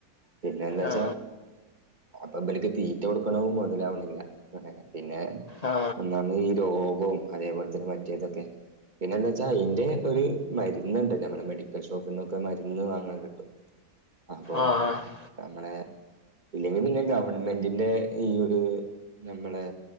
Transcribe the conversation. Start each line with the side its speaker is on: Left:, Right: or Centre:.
Right: പിന്നെ എന്ന് വെച്ചാ
Left: ആ
Right: അപ്പം ഇബൽ ക്ക് തീറ്റ കൊടുക്കണതും മുതലാവണില്ല പിന്നെ
Left: ആ
Right: ഒന്നാമത് ഈ രോഗവും അതേപോലെ തന്നെ മറ്റേതൊക്കെ പിന്നെ എന്താ വെച്ചാ അതിന്റെ ഒരു മരുന്നുണ്ട് നമ്മുടെ മെഡിക്കൽ ഷോപ്പിൽ നിന്നൊക്കെ മരുന്ന് വാങ്ങാൻ കിട്ടും. അപ്പൊ
Left: ആ ആ
Right: നമ്മളെ ഇല്ലെങ്കിൽ നിങ്ങള് ഗവൺമെന്റിന്റെ ഈ ഒരു നമ്മളെ